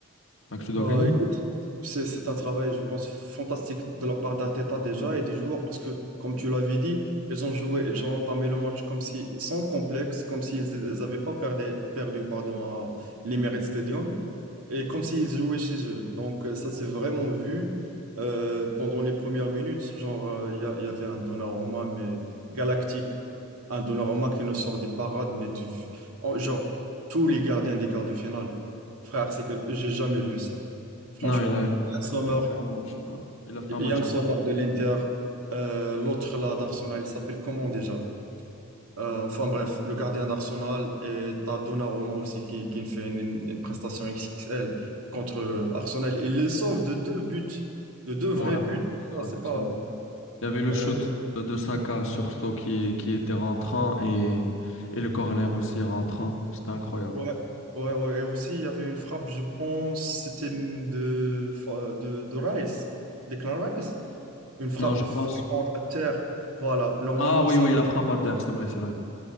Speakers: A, on the left (about 60°); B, on the right (about 90°).
A: donc, tu dois
B: Bah,
A: gagner.
B: écoute, c'est c'est un travail, je pense, fantastique de la part d'Arteta déjà et des joueurs parce que, comme tu l'avais dit, ils ont joué, ils ont entamé le match comme si, sans complexe, comme s'ils n'avaient pas perdu, perdu pardon, à l'Emirates Stadium et comme s'ils jouaient chez eux. Donc, euh, ça s'est vraiment vu euh, pendant les premières minutes. Genre, euh, il y, a- il y avait un Donnarumma, mais galactique. Un Donnarumma qui ne sort des parades, mais du. en- Genre, tous les gardiens des quarts de finale. Frère, c'est que j'ai jamais vu ça. Franchement,
A: Non, il a,
B: il Yann Sommer,
A: il a fait un match. euh, Il a fait
B: Yann
A: un match incroyable.
B: Sommer de l'Inter, euh, l'autre là d'Arsenal, il s'appelle comment déjà? Euh, enfin bref, le gardien d'Arsenal et t'as Donnarumma aussi qui, qui fait une, une prestation XXL contre euh, Arsenal. Il le sauve de deux buts, de deux vrais
A: Voilà,
B: buts.
A: c'est
B: Tu vois,
A: vrai,
B: c'est pas.
A: c'est vrai. Il y avait le
B: euh,
A: shoot de, de Saka sur Stoke qui, qui était rentrant et, et le corner aussi rentrant. C'était incroyable.
B: ouais, ouais, ouais. Et aussi, il y avait une frappe, je pense, c'était de, de, de Rice, Declan Rice. Une frappe
A: Non, je pense.
B: vraiment à terre. Voilà, normalement,
A: Ah oui,
B: ça,
A: oui, il a frappé à terre, c'est vrai, c'est vrai.